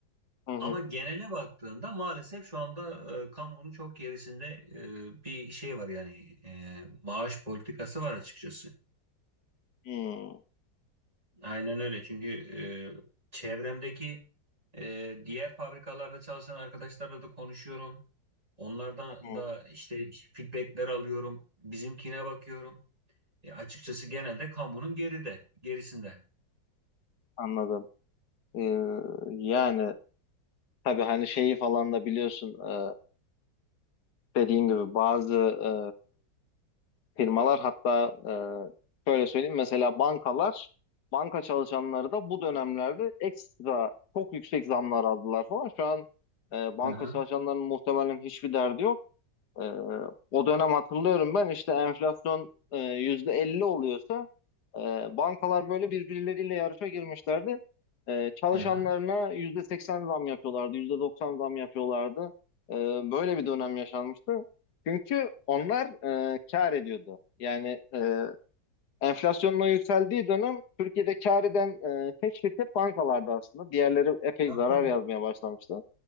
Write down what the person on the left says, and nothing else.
Hı hı.
Hmm, hı
hı,
anladım. Ee, yani tabii hani şeyi falan da biliyorsun e, dediğin gibi bazı e, firmalar hatta e, şöyle söyleyeyim mesela bankalar banka çalışanları da bu dönemlerde ekstra çok yüksek zamlar aldılar falan. Şu an e, banka
çalışanlarının muhtemelen hiçbir derdi yok. Ee, o dönem hatırlıyorum ben işte enflasyon e, %50 oluyorsa e, bankalar böyle birbirleriyle yarışa girmişlerdi. E, çalışanlarına
%80 zam yapıyorlardı, %90 zam yapıyorlardı. E, böyle bir dönem yaşanmıştı. Çünkü onlar e, kar ediyordu. Yani e, enflasyonun o yükseldiği dönem Türkiye'de kar eden e, tek şirket bankalardı aslında. Diğerleri epey
zarar
yazmaya başlamıştı.